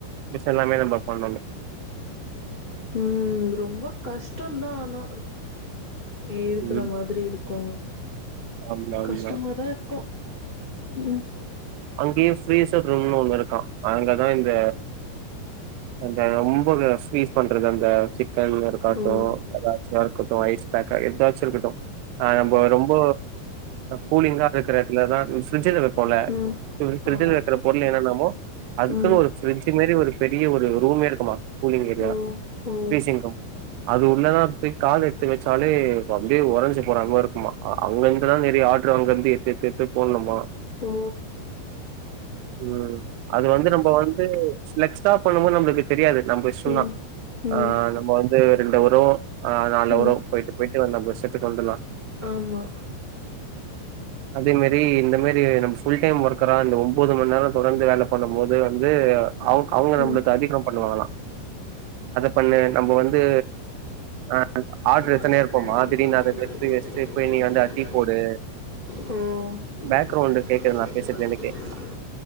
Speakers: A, on the right; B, on the left.
A: மிச்ச எல்லாமே நம்ம பண்ணனு
B: ம் ரொம்ப கஷ்டோன்தா ஆனா வேர்குற
A: ம்
B: மாரி இருக்கு
A: ஆமா ஆமா
B: கஷ்டமாதா இரு க்கோ ம்
A: அங்கையு ப்ரீசர் ரூம்னு ஒண்ணு இருக்கா அங்கதா இந்த அந்த ரொம்ப ப்ரீஸ் பண்றது அந்த சிக்கன் வேற க்கட்டு
B: ஓ
A: ஏதாச்சுமா இருக்கட்டு ஐஸ் பேக்கா எதாச்சு இருக்கட்டு ஆ நம்ப ரொம்ப கூலிங்கா இருக்கற இடத்துலதா பிரிட்ஜில வைப்போல
B: ம்
A: இத மாரி ஃப்ரிட்ஜ்ல
B: ஆமா
A: வைக்கிற பொருள் என்னன்னமோ அதுக்குன்னு
B: ம்
A: ஒரு ஃப்ரிட்ஜு மேரி ஒரு பெரிய ஒரு ரூமே இருக்குமா கூலிங் ஏரியா
B: ஓ ஓ
A: ஃபரீஸிங் ரூம் அது உள்ளதா அப்டியே கால் எடுத்து வச்சாலே அப்டியே உறஞ்சு போறமாரி இருக்குமா அவங்ககிட்ட தா நெறைய ஆர்ட்ரு அங்கருந்து எடுத் எடுத் எடுத்து போடணுமா
B: போ
A: ம் அது வந்து நம்ம வந்து ஃப்ளெக்ட்ஸ்டா பண்ணு போது நம்ளுக்கு தெரியாது நம்ம இஷ்டதா
B: ம்
A: ஆ
B: ம்
A: நம்ம வந்து ரெண்டவரோ அ நாலவரோ
B: ம்
A: போயிட்டு போயிட் டு நம்ம செட்டுட்டு வந்துர்லா
B: ஆமா
A: அதே மாரி இந்த மாரி நம்ம ஃபுல் டைம் ஒர்க் கெலா இந்த ஒம்போது மண்ணேரோ தொடர்ந்து வேல பண்ணும்போது வந்து அவங் அவங்க நம்ளுக்கு
B: ம்
A: அதிக பண்ணுவாங்களா அத பண்ணு நம்ம வந்து ஆ ஆர்டரு
B: ஆடிட்டே
A: அட்ச்சினேருப்போமா
B: இருக்கும்
A: திடிர்னு
B: ஆதினி
A: அத இங்க
B: தான்
A: எடுத்து வச்சட்டு போய் நீ வந்து
B: அந்த
A: டீ போடு
B: ஓ
A: பேக்ரவுண்டு
B: பேக்ரவுண்டில்
A: கேக்குதா நா
B: கேட்குறது
A: பேசுறது
B: தான்
A: எனக்கே